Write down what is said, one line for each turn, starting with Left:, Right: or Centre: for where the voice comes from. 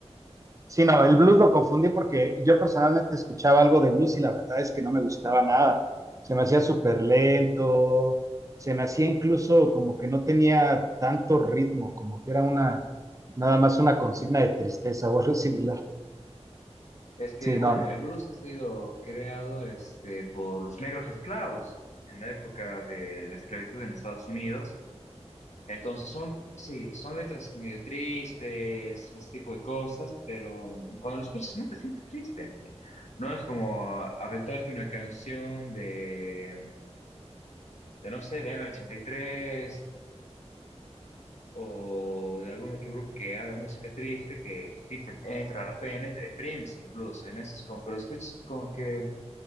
Right: Sí, no, el blues lo confundí porque yo personalmente escuchaba algo de blues y la verdad es que no me gustaba nada. Se me hacía súper lento, se me hacía incluso como que no tenía tanto ritmo, como que era una, nada más una consigna de tristeza o algo similar.
Left: Es que,
Right: Sí,
Left: bueno,
Right: no,
Left: el blues ha sido creado este, por los negros esclavos en la época de la esclavitud en Estados Unidos. Entonces son, sí, son letras medio tristes, ese tipo de cosas, pero cuando lo escuchas no te sientes triste. No es como ah, aventarte una canción de, de no sé, de M83 o de algún otro grupo que haga música triste que sí te entra la pena y te deprimes incluso. En eso es como que lo escuchas es como que